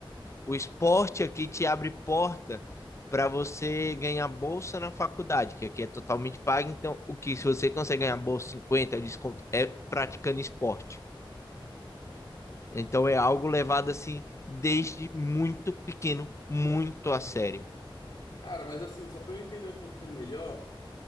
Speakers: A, on the left; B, on the left.
A: O esporte aqui te abre porta para você ganhar bolsa na faculdade, que aqui é totalmente paga. Então, o que se você consegue ganhar bolsa 50, desconto é praticando esporte. Então é algo levado assim desde muito pequeno, muito a sério.
B: cara, mas assim, só pra eu entender um pouquinho melhor.